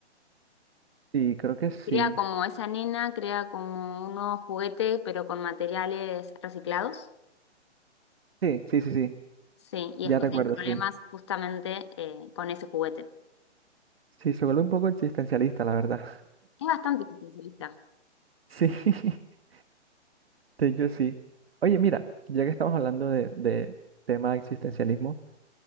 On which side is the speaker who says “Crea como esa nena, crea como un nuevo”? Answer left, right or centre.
Left